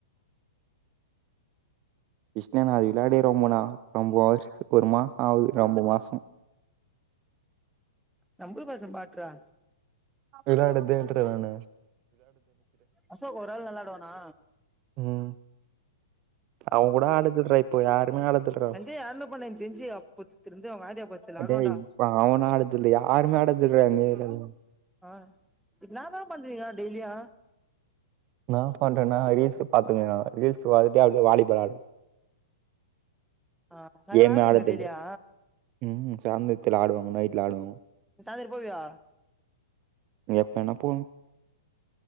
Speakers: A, on the right (about 35°); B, in the centre.
A: க்ருஷ்ணனா அது வெளாடியே ரொம்ப நா ரொம்போ வர்ஸ் ஒரு மாசோ ஆவுது ரொம்ப மாசம்
B: நம்ளுக்கோச பாக்றா
A: விளாடுதுன்றுவே நா
B: அசோக் ஒரு ஆள் வெளாடுவனா
A: ம் அவுங் கூட ஆடற்தில இப் போயாட் துமே ஆடதுலயா
B: சஞ்சய் யாருன்னு பண்ண எனக்கு தெரிஞ்சு அப்பத்துலருந்து அவங்க ஆதியா பாஸ்ல ஆடுவான்டா
A: டேய் இப்ப அவன ஆடதுல்லயா ஆருமே ஆடதுல்ல ம்
B: ஆஹ் என்னா தா பண்றீங்க டெய்லியு
A: நா பண்றேன்னா ரீல்ஸ்ஸு பாத்துனு ரீல்ஸ் பாத்துட்டு அப்டியே வாலிபால் ஆடுவே
B: ஆ சாயங்கால
A: கேமே
B: ஆடுறீங்களா
A: ஆடுரதில்ல
B: டெய்லியா
A: உம் சாந்திரத்தில ஆடுவாங்க நைட் விளாடுவோ
B: சாயந்திரம் போவியா
A: எப்ப வேணா போவே